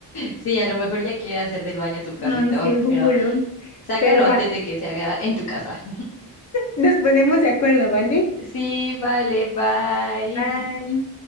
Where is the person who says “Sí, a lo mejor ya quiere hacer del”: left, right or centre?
Left